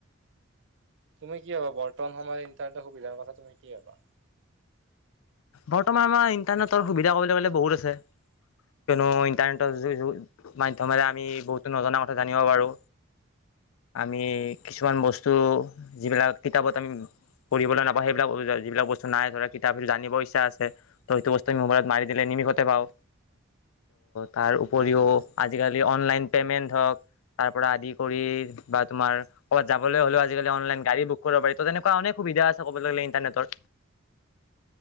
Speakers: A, on the right (about 65°); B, on the left (about 80°).
A: তুমি কি ভাবা? বৰ্তমান সময়ত ইণ্টাৰনেটৰ সুবিধাৰ কথা তুমি কি ভাবা?
B: বৰ্তমান আমাৰ ইণ্টাৰনেটৰ সুবিধা ক'বলৈ গ'লে বহুত আছে। কিয়নো ইণ্টাৰনেটৰ <unintelligible> মাধ্যমেৰে আমি বহুতো নজনা কথা জানিব পাৰো। আমি কিছুমান বস্তু যিবিলাক কিতাপত আমি কৰিবলৈ নাপা সেইবিলাক <unintelligible> যিবিলাক বস্তু নাই ধৰা কিতাপ <unintelligible> আছে তো সিটো বস্তু আমি মোবাইলত মাৰি দিলে নিমিষতে পাওঁ। তাৰ উপৰিও
A: হয় হয়
B: আজিকালি অনলাইন পে'মেণ্ট হওক তাৰ পৰা আদি কৰি বা তোমাৰ ক'বাত যাবলৈ হলেও আজিকালি অনলাইন গাড়ী বুক কৰিব পাৰি ত' তেনেকুৱা অনেক সু সুবিধা আছে কবলৈ গলে ইণ্টাৰনেটৰ।